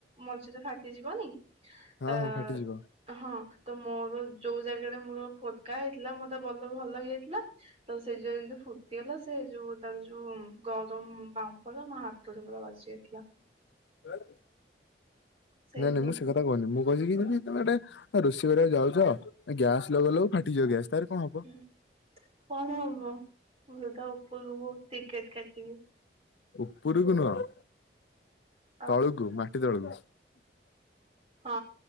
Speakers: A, on the right; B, on the left.
A: ମଝିରେ ଫାଟିଯିବନି।
B: ହଁ
A: ଆ
B: ହଁ ଫାଟିଯିବ
A: ହଁ, ତ ମୋରୋ ଯୋଉ ଜାଗାରେ ମୋରୋ ଫୋଟକା ହେଇଥିଲା, ମୋତେ ବଲୌ ଭଲ ହେଇଯାଇଥିଲା। ତ ସେ ଯେନ୍ତି ଫୁଟିଅଲା, ସେ ଯୋଉ ତାର ଯୋଉ ଗରମ ବାମ୍ଫଟା ମୋ ହାତ୍ ତରେ ପୁରା ବାଜ୍ ଯାଇଥିଲା।
B: <unintelligible>
A: ସେଇଦିନଠୁ
B: ନାଇଁ, ନାଇଁ ମୁଁ ସେ କଥା କହିନି, ମୁଁ କହିିଲିକି
A: ହୁଁ
B: ମାନେ ତମେ ଗୋଟେ ରୋଷେଇ କରିଆକୁ ଯାଉଚ ଗ୍ୟାସ୍ ଲଗଉ ଲଗୋଉ ଫାଟିଯିବ ଗ୍ୟାସ୍ ତାରେ କଁ ହବ?
A: ଉଁ କଣ ହବ? ମୁଁ ସିଧା ଓପୁରୁକୁ ଟିକେଟ୍ କାଟିବି।
B: ଉପୁରୁକୁ ନୁହଁ,
A: ଆଉ
B: ତଳୁକୁ ମାଟି ତଳୁକୁ।
A: ହଁ,